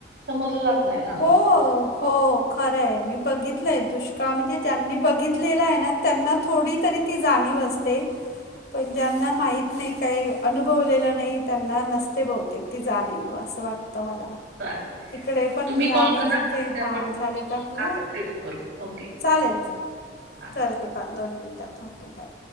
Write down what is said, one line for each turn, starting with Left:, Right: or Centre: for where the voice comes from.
Right: समजलं जात नाही ना.
Left: हो हो खरं आहे मी बघितलंय दुष्काळ म्हणजे ज्यांनी बघितलेला आहे ना त्यांना थोडी तरी ती जाणीव असते. ते. पण ज्यांना माहीत नाही काही अनुभवलेलं नाही त्यांना नसते बहुतेक ती जाणीव असं वाटते. मला
Right: चालेल
Left: तिकडे. पण
Right: तुम्ही
Left: मी
Right: कॉल
Left: आम्ही
Right: करा
Left: जिथे
Right: त्या
Left: हां झाले का आपले
Right: हां कंटिन्यू करू ओके
Left: चालेल चालेल
Right: हां.
Left: करते पा दोन मिनटात ओके बाय.